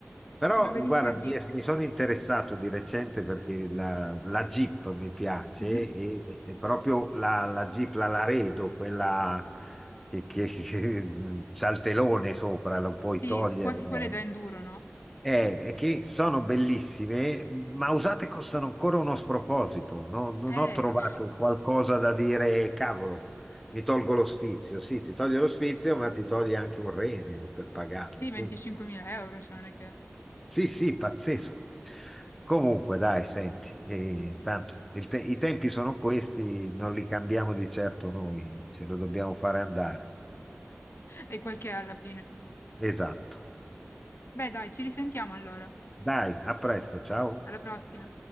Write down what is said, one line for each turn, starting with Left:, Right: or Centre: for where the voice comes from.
Centre: però
Left: Una bellissima
Centre: guarda,
Left: Jeep.
Centre: mi, mi sono interessato di recente perché la, la Jeep mi piace
Left: Mhm.
Centre: e, e- e proprio la, la Jeep, la Laredo, quella che, che <laughs> che c'ha il telone sopra, lo puoi
Left: Sì,
Centre: togliere,
Left: quasi quelle da enduro, no?
Centre: eh, eh, è che sono bellissime, ma usate costano ancora uno sproposito. No- non
Left: Eh,
Centre: ho trovato qualcosa da dire, cavolo, mi tolgo lo sfizio. Sì, ti toglie lo sfizio, ma ti toglie anche un rene per pagarla.
Left: sì, 25.000
Centre: Quindi,
Left: euro, cioè non è che...
Centre: sì, sì, pazzesco. Comunque, dai, senti, eh, tanto il te- i tempi sono questi, non li cambiamo di certo noi, ce lo dobbiamo fare andare.
Left: E quel che è alla fine.
Centre: Esatto.
Left: Beh, dai, ci risentiamo allora.
Centre: Dai, a presto, ciao.
Left: Alla prossima.